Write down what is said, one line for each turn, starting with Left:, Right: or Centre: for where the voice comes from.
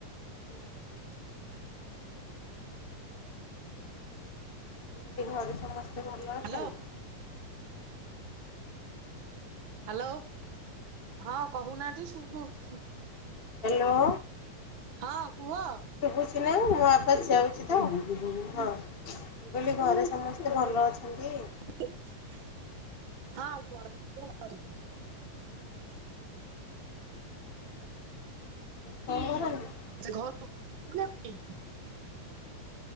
Left: ହ୍ୟାଲୋ। ମୁଁ ଘରେ ସମସ୍ତେ ଭଲ ଅଛନ୍ତି?
Right: ହ୍ୟାଲୋ ହ୍ୟାଲୋ ହଁ କହୁନାହାନ୍ତି ସୁବୁଛି।
Left: ହ୍ୟାଲୋ।
Right: ହଁ କୁହ।
Left: ଶୁଭୁଛି ନା ମୋ ଆବାଜ୍ ତ ହଁ। ମୁ କହିଲି ଘରେ ସମସ୍ତେ ଭଲ ଅଛନ୍ତି?
Right: ହଁ
Left: <inaudible>
Right: ଘ <inaudible>